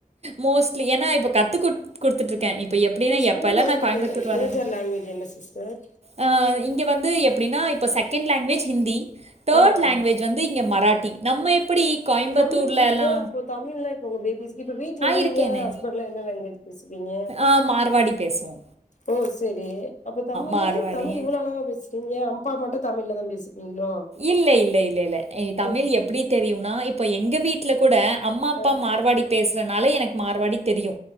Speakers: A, on the right; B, on the left.
A: மோஸ்ட்லி ஏன்னா இப்ப கத்து குடுத் குடுத்துட்டு இருக்கே இப் இப்ப எப்டின்னா
B: உங்க ஸ்கூல்ல
A: எப்ப எல்லா
B: வந்து
A: நா கோயம்புத்தூர்
B: மே
A: வரணோ
B: மேஜர் லாங்குவேஜ் என்ன சிஸ்டர்
A: அ இங்கே வந்து எப்டினா இப்ப செகண்ட் லாங்குவேஜ் ஹிந்தி தேர்ட்
B: ஆ ஆ
A: லாங்குவேஜ் வந்து இங்க மராட்டி நம்ம எப்டி கோயம்புத்தூர்ல
B: தமிழ் சிஸ்டர்
A: எல்லா
B: அப்போ தமிழ்லா இருப்போ பேபிஸ் இப்போ வீட்ல நீங்க
A: இருக்கேனே
B: ஹஸ்பண்ட்லா என்ன லாங்குவேஜ் பேசுவீங்க
A: ஆ மார்வாடி பேசுவோ
B: ஓ செரி அப்ப தமிழு
A: மார்வாடி
B: தமிழ் இவ்ளோ அழகா பேசறீங்க அப்பா மட்டு தமிழ்ல தா பேசிப்பீங்களோ
A: இல்ல இல்ல இல்ல இல்ல தமிழ்
B: ம்
A: எப்டி தெரியும்னா இப்ப எங்க வீட்ல கூட அம்மா அப்பா
B: ஆ
A: மாரவாடி பேசுறதுனால எனக்கு மார்வாடி தெரியு